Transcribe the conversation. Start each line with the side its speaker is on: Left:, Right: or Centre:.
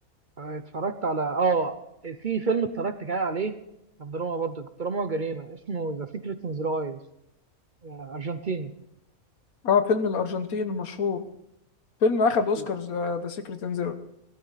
Right: آه، اتفرجت على اه في فيلم اتفرجت كده عليه كان دراما برضه دراما وجريمه اسمه ذا سيكريت ان ذا ايز ارجنتيني
Left: اه فيلم الارجنتين المشهور فيلم اخد اوسكارز
Right: لا،
Left: ذا سيكريت ان ذا